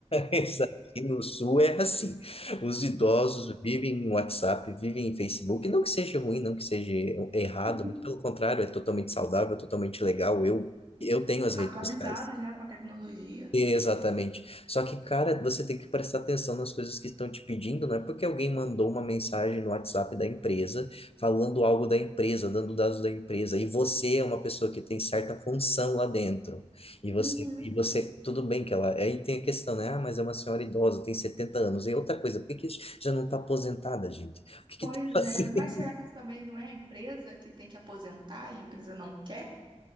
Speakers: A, on the left; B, on the right.
A: mas aqui no Sul é assim. Os idosos vivem em WhatsApp, vivem em Facebook. Não que seja ruim, não que seja errado,
B: Uhum.
A: mas pelo contrário, é totalmente saudável, totalmente legal. Eu, eu tenho as redes
B: Atualizados,
A: sociais.
B: né, com a tecnologia.
A: Exatamente. Só que, cara, você tem que prestar atenção nas coisas que estão te pedindo, não é porque alguém mandou uma mensagem no WhatsApp da empresa falando algo da empresa, dando dados da empresa, e você é uma pessoa que tem certa função lá dentro. E você,
B: Uhum.
A: e você, tudo bem que ela. Aí tem a questão, né? Ah, mas é uma senhora idosa, tem 70 anos. E outra coisa, por que que já não está aposentada, gente? O que que
B: Pois
A: tá fazendo?
B: é, mas será que isso também não é a empresa que tem que aposentar e a empresa não quer?